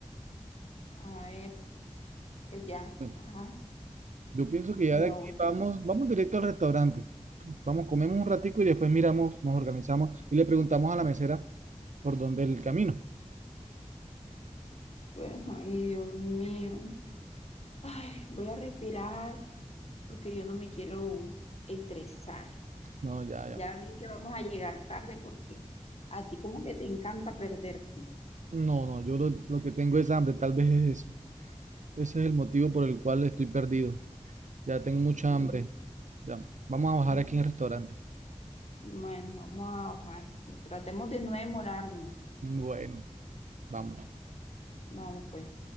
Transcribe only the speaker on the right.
Bueno,
yo pienso que
ya de
aquí vamos, vamos directo al restaurante. Vamos, comemos un ratico y después miramos, nos organizamos y le preguntamos a la mesera por dónde es el camino.
No, ya, ya.
No, no, yo lo, lo que tengo es hambre, tal vez es eso. Ese es el motivo por el cual estoy perdido. Ya tengo mucha
hambre. Ya, vamos a bajar
aquí en el restaurante.
Bueno, vamos.